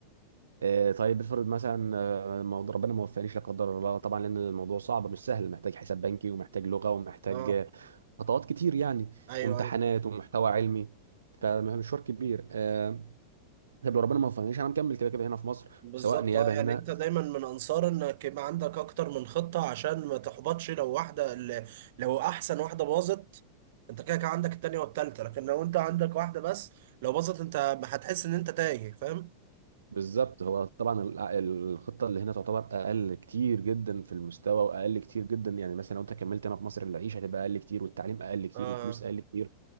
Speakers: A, on the right; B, on the right.
A: آه، طيب افرض مثلا آه، موضوع ربنا ما وفقنيش لا قدر الله طبعا لان الموضوع صعب مش سهل محتاج حساب بنكي ومحتاج لغه ومحتاج
B: اه
A: آه، خطوات كتير يعني
B: ايوه
A: وامتحانات
B: ايوه
A: ومحتوى علمي فمشوار كبير آه، طب لو ربنا ما وفقنيش انا مكمل كده كده هنا في مصر
B: بالظبط
A: سواء نيابه
B: اه يعني
A: هنا
B: انت دايما من انصار انك يبقى عندك اكتر من خطة عشان ما تحبطش لو واحدة ال- لو احسن واحدة باظت انت كده كده عندك التانية والتالتة لكن لو انت عندك واحدة بس لو باظت انت هتحس ان انت تايه فاهم
A: بالظبط هو طبعا ال- آه، الخطه اللي هنا تعتبر اقل كتير جدا في المستوى واقل كتير جدا يعني مثلا لو انت كملت هنا في مصر العيشه هتبقى اقل كتير والتعليم اقل كتير
B: آه
A: والفلوس اقل كتير